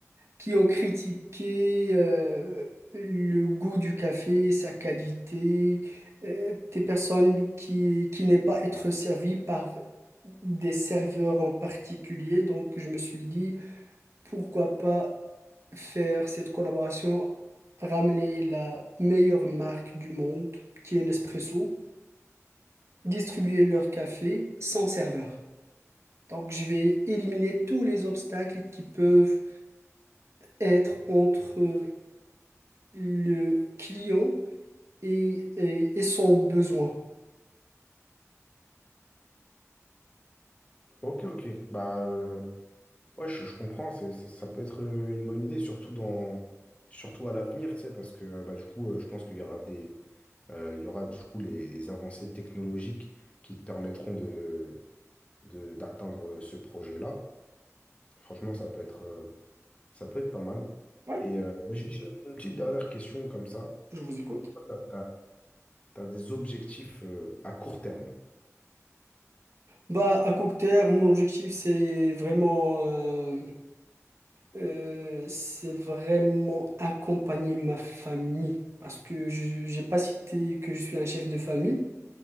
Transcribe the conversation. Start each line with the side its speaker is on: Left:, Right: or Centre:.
Right: qui ont critiqué euh, le goût du café, sa qualité, euh, des personnes qui, qui n'aiment pas être servies par des serveurs en particulier. Donc je me suis dit, pourquoi pas faire cette collaboration, ramener la meilleure marque du monde, qui est Nespresso, distribuer leur café sans serveur. Donc je vais éliminer tous les obstacles qui peuvent être entre le client et, et, et son besoin.
Left: Ok, ok. Bah, euh, Ouais, je, je comprends, c'est, ça, ça peut être euh, une bonne idée, surtout dans, surtout à l'avenir, tu sais, parce que euh, bah, du coup, euh, je pense qu'il y aura des, euh, il y aura du coup les, les avancées technologiques qui te permettront de, de- d'atteindre euh, ce projet-là. Franchement, ça peut être, euh, ça peut être pas mal.
Right: Oui,
Left: Et euh, moi, j'ai j'ai une petite dernière question comme ça.
Right: je vous écoute.
Left: Est-ce que toi, t'as, as des objectifs euh, à court terme?
Right: Bah, à court terme, mon objectif, c'est vraiment, euh, euh, c'est vraiment accompagner ma famille. Parce que je n'ai pas cité que je suis un chef de famille.